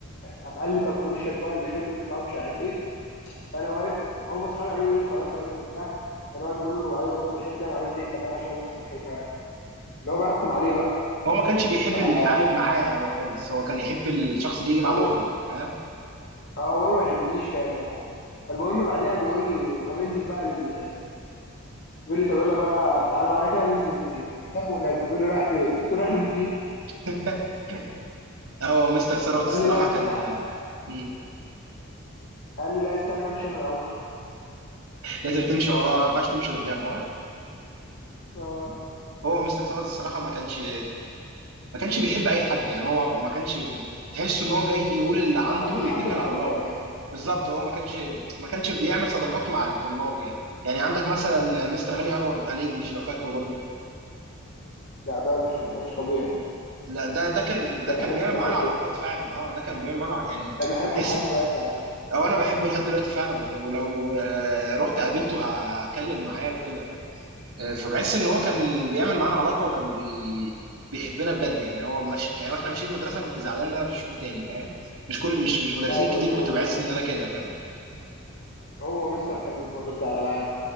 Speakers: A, on the left (about 55°); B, on the right (about 85°).
A: قام قال لي طب وشك بقى اللي حيته وبتاع مش عارف ايه فانا واقف هم اصحابي عمالين يقولوا لي خلاص اروني وبتاع فانا واقف بقول له ايوه بص الحيط اللي انا عملت ايه كمان عشان ابص الحيطه اللي هو برخم عليه بقى
B: هو ما كانش بيحب
A: فهو
B: اللي بيعاند معاه هو خالص هو كان يحب الشخص اللي يجي معاه
A: ما-
B: دغري فاهم
A: اه هو ما بيحبنيش كان برضه فالمهم بعدها بيقول لي طب انزل بقى لل بيقول لي طب يلا بقى تعالى معايا كده ننزل المدير قمت سايبه ونازل بيقول لي رايح فين؟ قلت له رايح للمدير
B: <laughs> اه مستر ثروت الصراحه
A: قال لي لا استنى
B: كان مم.
A: قال لي لا استنى امشي انا الاول
B: لازم تمشي وراه ما ينفعش تمشي قدامه
A: اه
B: هو مستر سعد الصراحه ما كانش ما كانش بيحب اي حد يعني هو ما كانش تحس ان هو جاي يقول اللي عنده
A: ما عندوش
B: ويتكل
A: حد مفضل
B: على الله
A: يعني
B: بالظبط هو ما كانش ما كانش بيعمل صداقات مع الطلاب يعني يعني عندك مثلا مستر
A: اه
B: هاني انور بتاع الانجليش لو فاكره برضو
A: ده ده مش ده مش طبيعي
B: لا ده ده كان
A: ده
B: ده كان
A: بحبه
B: بيعمل
A: بحبه
B: معانا علاقات فعلا اه ده كان بيعمل معانا ع- يعني
A: ده بحبه
B: تحس
A: لحد دلوقتي على فكره
B: او انا بحبه لحد دلوقتي فعلا ولو آه، رحت قابلته ه- هتكلم معاه وكده فاهم آه، فبحس ان هو كان بيعمل معانا علاقه وكان بي... بيحبنا بجد يعني هو مش يعني واحنا ماشيين المدرسه كنت زعلان ان انا مش هشوفه تاني فاهم مش كل مش مش مدرسين
A: ايوه
B: كتير
A: دي
B: كنت
A: حقيقه
B: بحس ان انا كده فاهم
A: هو ومستر كميل برضه بتاع الالعاب